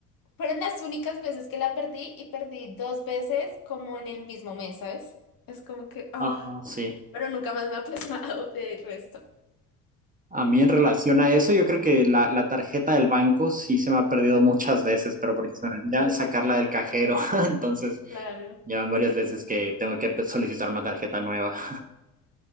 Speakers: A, on the left; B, on the right.
A: Fueron las únicas veces que la perdí y perdí dos veces como en el mismo mes, ¿sabes? Es como que, ah,
B: Ah, sí.
A: pero nunca más me ha pasado <laughs> de resto.
B: A mí en relación a eso, yo creo que la, la tarjeta del banco sí se me ha perdido muchas veces, pero porque se me olvida sacarla del cajero. <laughs> Entonces,
A: Claro,
B: ya van varias
A: entiendo.
B: veces que tengo que solicitar una tarjeta nueva. <laughs>